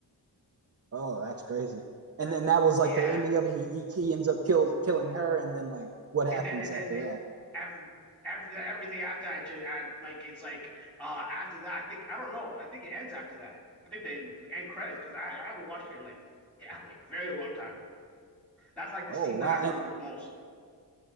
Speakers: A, on the right; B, in the centre.
A: Oh, that's crazy. And then that was like
B: Yeah,
A: the ending of it. He, he, he ends up kill, killing her, and then like what happens
B: and then and
A: after
B: then it,
A: that?
B: every, every, everything after I just I like it's like uh after that I think I don't know I think it ends after that I think the end credits because I, I haven't watched it in like yeah like very long time. That's like the
A: Oh
B: scene
A: wow!
B: that I remember
A: And
B: the most.